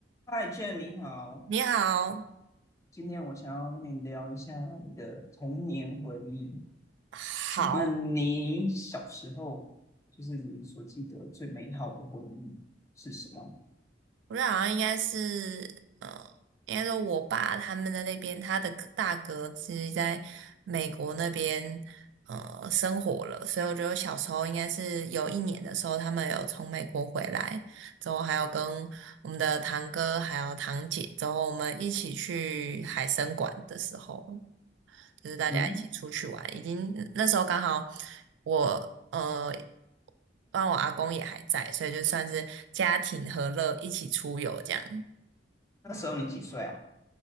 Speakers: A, on the left; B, on the right.
A: 嗨，Jane，你好。
B: 你好，
A: 今天我想要跟你聊一下你的童年回忆。
B: 好，
A: 请问你小时候，就是你所记得最美好的回忆是什么？
B: 我觉得好像应该是，呃，应该说我爸他们的那边，他的哥大哥是在美国那边，呃，生活了，所以我觉得我小时候应该是有一年的时候，他们有从美国回来，之后还有跟我们的堂哥还有堂姐，之后我们一起去海参馆的时候，就是大家一起出去玩，
A: 嗯，
B: 已经那时候刚好我。呃。当然我阿公也还在，所以就算是家庭和乐一起出游这样。
A: 那时候你几岁啊？